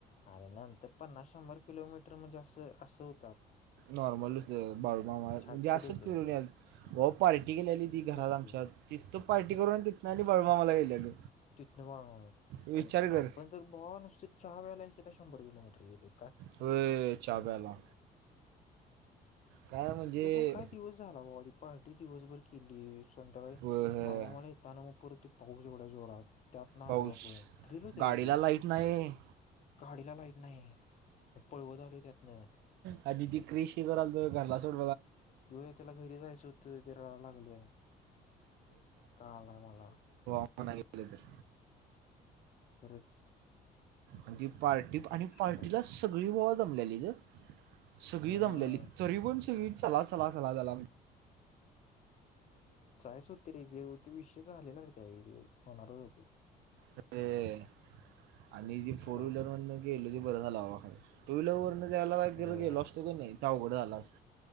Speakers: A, on the left; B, on the right.
A: अरे नंतर पन्नास शंभर किलोमीटर म्हणजे असं असं हो
B: नॉर्मलच बाळूमामा
A: छाटछूट
B: म्हणजे असंच
A: होतं
B: फिरून व पार्टी केलेली ती घरात
A: तेच
B: आमच्यात
A: की
B: तित पार्टी करून तिथनं आणि बाळूमामाला गेलेलो
A: तिथनं बाळूमामाला
B: विचार
A: आणि
B: कर
A: आपण ज बवा नुसतं चहा प्याला आत्ता शंभर किलोमीटर गेलोय
B: होय चहा प्यायला काय म्हणजे
A: तो पण काय दिवस झाला बाबाते पार्टी दिवसभर केली संध्याकाळी
B: व- हे,
A: बाळूमामानं येताना पुरते पाऊस एवढ्या जोरात त्यात ना
B: पाऊस
A: आलू आपण होत रे
B: गाडीला लाईट नाही
A: गाडीला लाईट नाही हे पळवत आलोय त्यातनं
B: आणि ती क्रिशी करालतं घरला सोड
A: जे त्याला घरी जायचं होतं ते रडायला लागले काळालय मला
B: बघायचं गेलं तर
A: खरंच
B: आधी पार्टी आणि
A: विचार
B: पार्टीला
A: होता
B: सगळी व जमलेली गं सगळी
A: हम्म
B: जमलेली तरी पण सगळी चला चला चला झाला
A: जायचं होते रे जेव तो विषय झालेला रे त्यावेळी फोनवर त
B: तेे आणि जी
A: खरंय
B: फोर व्हीलर वाले गेल ते बरं झालं भावा टू व्हीलर वरनं द्यायला गेलो
A: होय
B: असतो की नाही त्या उघडं आला अस